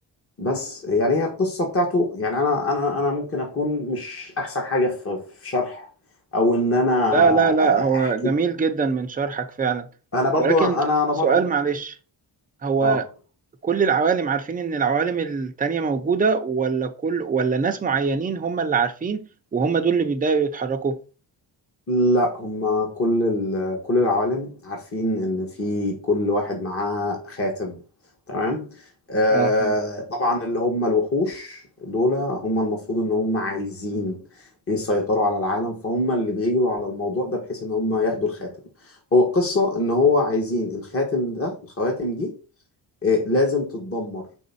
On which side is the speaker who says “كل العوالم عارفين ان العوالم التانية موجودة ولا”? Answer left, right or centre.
Right